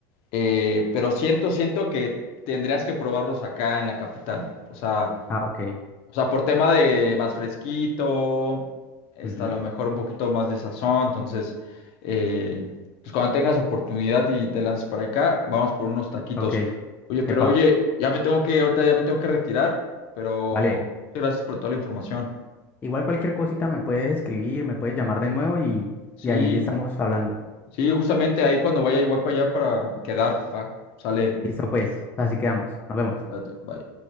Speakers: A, on the left (about 60°); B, on the left (about 15°).
A: Eh, pero siento, siento que tendrías que probarlos acá en la capital. O sea,
B: Ah, ok.
A: o sea, por tema de más fresquito, está
B: ujú,
A: a lo mejor un poquito más de sazón. Entonces, eh, pues cuando tengas oportunidad y te lances para acá, vamos por unos taquitos.
B: Ok.
A: Oye, pero
B: Epa,
A: oye, ya me tengo que, ahorita ya me tengo que retirar, pero
B: vale.
A: muchas gracias por toda la información.
B: Igual cualquier cosita me puedes escribir, me puedes llamar de nuevo y,
A: Sí,
B: y ahí estamos hablando.
A: sí, justamente ahí cuando vaya igual para allá para quedar, va, sale,
B: Listo, pues. Así quedamos. Nos vemos.
A: Cuídate, bye.